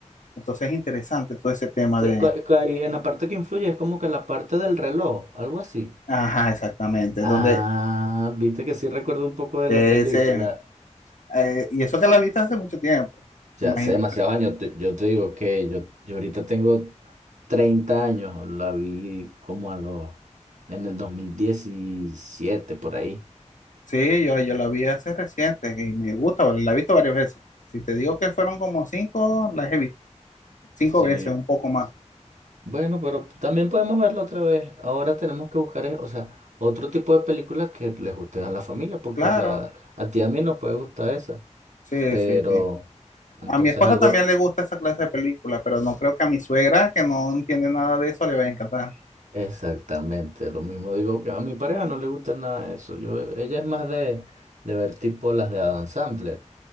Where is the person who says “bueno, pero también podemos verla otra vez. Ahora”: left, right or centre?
Right